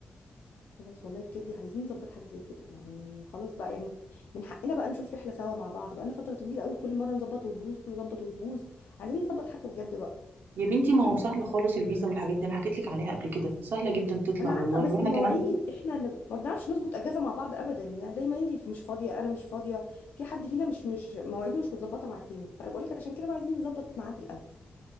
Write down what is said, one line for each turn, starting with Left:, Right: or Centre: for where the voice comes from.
Left: خلاص والله بجد عايزين نظبط حاجة زي كده يعني خلاص بقى يعني من حقنا بقى نشوف رحلة سوا مع بعض بقى لنا فترة طويلة قوي كل مرة نظبط وتبوظ نظبط وتبوظ عايزين نظبط حاجة بجد بقى
Right: يا بنتي ما هو سهل خالص الفيزا والحاجات دي انا حكيت لك عليها قبل كده سهله جدا تطلع
Left: انا عارفه
Right: والله
Left: بس
Right: واحنا
Left: مواعيد
Right: كمان
Left: احنا ل- ما بنعرفش نظبط اجازه مع بعض ابدا يعني دايما انت مش فاضيه انا مش فاضيه في حد فينا مش مش مواعيده مش متظبطه مع التاني فانا بقول لك عشان كده بقى عايزين نظبط ميعاد الاول